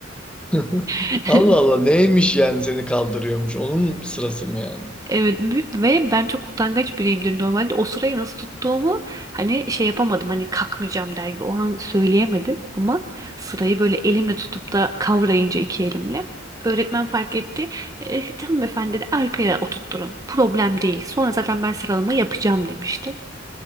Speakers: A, in the centre; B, on the right (about 20°).
A: <laughs>
B: <laughs>
A: Allah Allah neymiş yani seni kaldırıyormuş. Onun sırası mı yani?
B: Evet büyük ve ben çok utangaç biriyimdir normalde. O sırayı nasıl tuttuğumu hani şey yapamadım. Hani kalkmayacağım der gibi o an söyleyemedim ama sırayı böyle elimle tutup da kavrayınca iki elimle öğretmen fark etti. E, canım efendi dedi arkaya oturtturun. Problem değil. Sonra zaten ben sıralama yapacağım demişti.